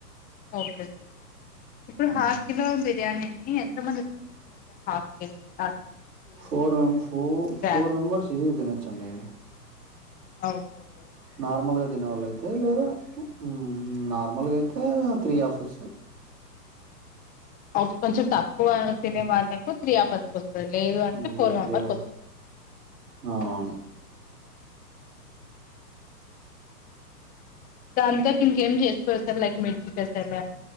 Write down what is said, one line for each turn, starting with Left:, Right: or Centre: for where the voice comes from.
Left: ఓకే సార్ ఇప్పుడు హాఫ్
Right: ఉమ్.
Left: కిలో బిర్యానీ ఎంత మంది తింటారు హాఫ్ కేజీ ఫిఫ్టీ
Right: ఫోర ఫో
Left: గ్రామ్
Right: ఫోర్ మెంబర్స్ ఈజీగా తినోచ్చండి
Left: ఆ ఓకే అండి
Right: నార్మల్ గా తినే వాళ్ళ అయితే లేదా ఉమ్ నార్మల్గా అయితే త్రీ హాఫర్స్
Left: ఓక కొంచెం తక్కువ తినే వాళ్ళకు త్రీ ఆఫర్స్ ఓస్ లేదు అంటే
Right: హ్మ్
Left: ఫోర్ మెంబర్స్
Right: త్రీ అవర్స్
Left: వస్తుంది
Right: అవునవును
Left: దాంతోటి ఇంకేం చేసుకోవచ్చు సార్ లైక్ మిర్చి కసాల